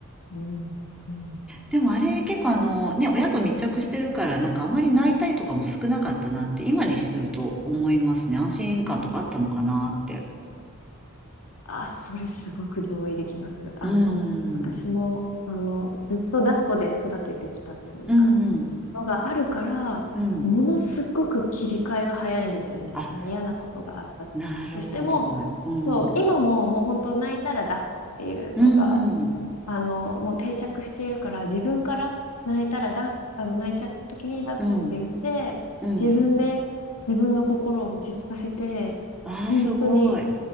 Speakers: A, on the left; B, in the centre.
A: うん。うん。
B: でもあれ、結構あの、ね、親と密着してるから、なんかあんまり泣いたりとかも少なかったなって、今にすると思いますね。安心感とかあったのかなって。
A: あ、それすごく同意できます。あの、
B: うー
A: 私も、
B: ん。
A: あの、ずっと抱っこで育ててきたというか、
B: うんうん。
A: のがあるから、
B: うん。
A: ものすごく切り替えが早いんですよね。
B: あ、
A: その嫌なことがあったとしても、
B: なるほど。うん。
A: そう、今ももう本当泣いたら抱っこっていうのが、
B: うんうん。
A: あの、もう定着しているから、自分から泣いたら抱っ、あの、泣いちゃった時に抱っこって言って、
B: うん。うん。
A: 自分で自分の心を落ち着かせて、
B: ああ、
A: 本当に
B: すごい。